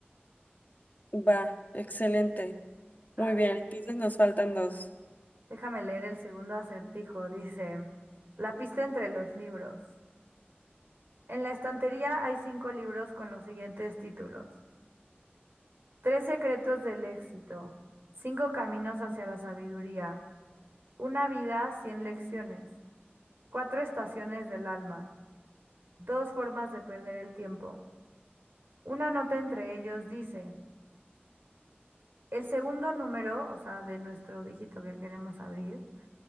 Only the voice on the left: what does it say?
Va, excelente. Muy
bien,
entonces nos faltan dos.